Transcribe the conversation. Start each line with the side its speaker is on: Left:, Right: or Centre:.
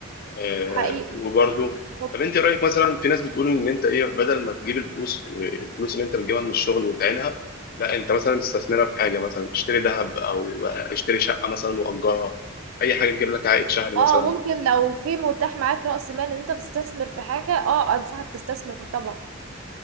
Left: آه
Right: حقيقي
Left: وبرضه
Right: مط-
Left: طب انت رايك مثلا في ناس بتقول ان انت ايه بدل ما تجيب الفلوس والفلوس اللي انت بتجيبها من الشغل وتعينها لا انت مثلا تستثمرها في حاجه مثلا اشتري ذهب او آه، اشتري شقه مثلا واجرها اي حاجه تجيب لك عائد شهري
Right: اه
Left: مثلا
Right: ممكن لو في متاح معاك رأس مال ان انت تستثمر في حاجة اه انصحك تستثمر طبعا